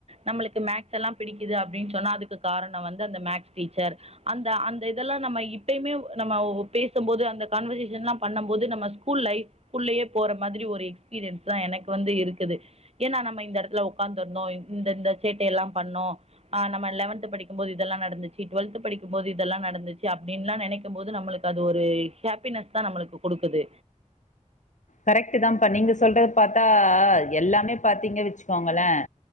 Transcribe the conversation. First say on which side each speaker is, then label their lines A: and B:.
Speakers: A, on the right; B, on the left.
A: நம்ளுக்கு மேக்ஸ்லா பிடிக்குது அப்டின்னு சொன்னா அதுக்கு காரணம் வந்து அந்த மேக்ஸ் டீச்சர் அந்த - அந்த இதெல்லா நம்ம இப்புமே நம்ம பேசம்போது அந்த காண்வர்சேசன்லா பண்ணம் போது நம்ம ஸ்கூல் லைஃப் குள்ளயே மாதிரி ஒரு எக்ஸ்பீரியன்ஸ்தா எனக்கு வந்து இருக்குது ஏன்னா நம்ம இந்த இடத்துல உக்காந்துருந்தோ இந்தந்த சேட்டையல்லா பண்ணோ நம த்து படிக்கும்போது இதெல்லா நடந்துச்சு டுவெல்த் படிக்கும்போது இதெல்லா நடந்துச்சு அப்படின்ல்லா நினைக்கும் போது நம்மளுக்கு அது ஒரு ஹாப்பினஸ் தா நம்மளுக்கு குடுக்குது
B: கரெக்ட் தான்ப்பா நீங்க சொல்றது பாத்தா எல்லாமே பாத்தீங்க வச்சுக்கோங்களேன்